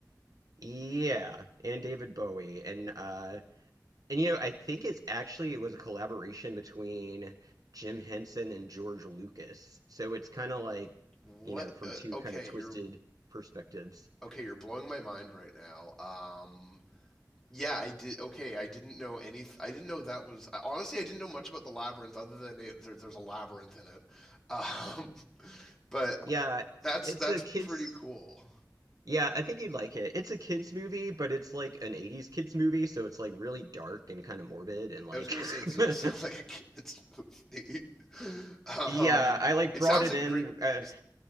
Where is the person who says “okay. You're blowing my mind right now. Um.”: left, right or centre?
Centre